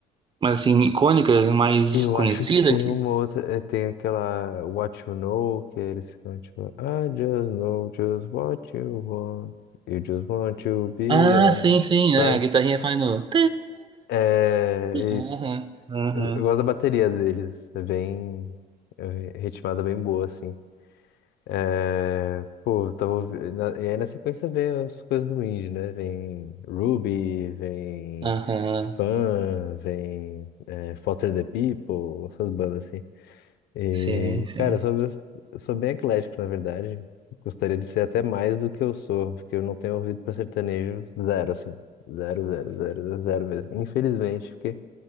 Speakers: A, on the right (about 30°); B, on the left (about 80°).
A: mais assim, icônica, mais
B: Eu
A: conhecida
B: acho que tem
A: aqui?
B: uma outra, é, tem aquela What You Know, que eles ficam tipo, I just know just what you want, you just want to be
A: Ah,
B: a...
A: sim, sim.
B: Sabe?
A: é, a guitarrinha faz no.
B: É,
A: Aham,
B: isso.
A: aham,
B: Eu, eu gosto da bateria deles, é bem, é ritmada bem boa, assim. É, pô, eu tava, ouvi- na- e aí na sequência vem as coisas do indie, né? Vem Ruby, vem
A: aham.
B: Fun, vem é, Foster the People, essas bandas assim. E,
A: Sim, sim.
B: cara, eu sou, eu sou bem eclético, na verdade. Gostaria de ser até mais do que eu sou, porque eu não tenho ouvido para sertanejo zero, assim. Zero, zero, zero, zero mesmo. Infelizmente, porque